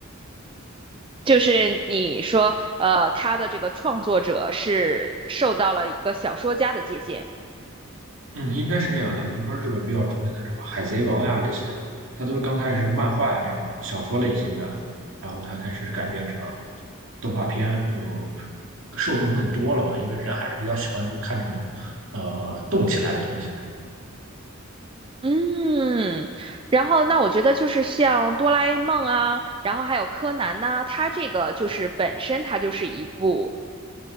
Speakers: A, on the right; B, on the right.
A: 就是你说，呃，他的这个创作者是受到了一个小说家的借鉴，
B: 嗯，应该是这样的。比如说日本比较出名的什么《海贼王》呀这些，它都是刚开始是漫画呀这种小说类型的，然后它开始改编成动画片，就受众更多了嘛，因为人还是比较喜欢去看这种呃动起来的东西。
A: 嗯，然后那我觉得就是像哆啦 A 梦啊，然后还有柯南呐、它这个就是本身它就是一部